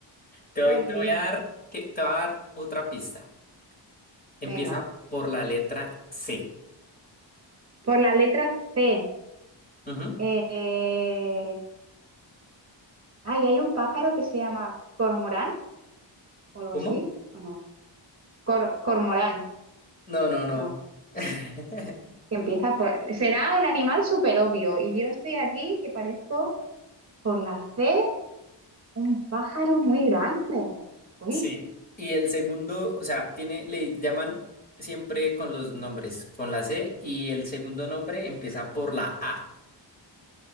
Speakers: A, on the left; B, on the right.
A: Te voy,
B: Jolín.
A: te voy a dar, que, te voy a dar otra pista. Empieza
B: Venga.
A: por la letra C.
B: Por la letra C.
A: Ujú.
B: Eh, ay, hay un pájaro que se llama cormorán o algo
A: ¿Cómo?
B: así, ¿o no? Cor- cormorán,
A: No, no, no.
B: no.
A: <laughs>
B: Que empieza por. Será un animal súper obvio. Y yo estoy aquí que parezco por la C un pájaro muy grande. Uy,
A: Sí, y el segundo, o sea, tiene, le llaman siempre con los nombres, con la C, y el segundo nombre empieza por la A.